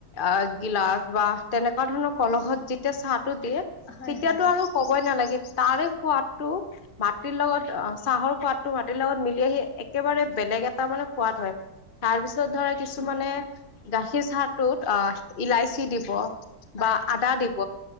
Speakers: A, on the left; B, on the left.
A: অ, গিলাচ বা তেনেকুৱা ধৰণৰ কলহত যেতিয়া চাহটো দিয়ে
B: হয়
A: তেতিয়াতো
B: হয়
A: আৰু ক'বই নালাগে তাৰে সোৱাদটো মাটিৰ লগত অ চাহৰ সোৱাদটো মাটিৰ লগত মিলি আহি একেবাৰে বেলেগ এটা মানে সোৱাদ হয়। তাৰপিছত ধৰা কিছুমানে গাখীৰ চাহটোত অহ ইলাাইচি দিব।
B: হয়
A: বা আদা দিব